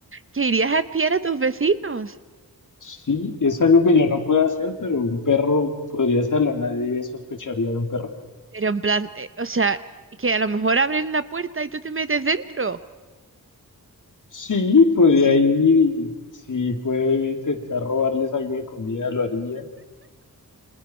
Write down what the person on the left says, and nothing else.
Sí, es algo que yo no puedo hacer, pero un perro podría hacerlo. Nadie sospecharía de un perro.
Sí, podría
ir y si puedo intentar robarles algo de comida, lo haría.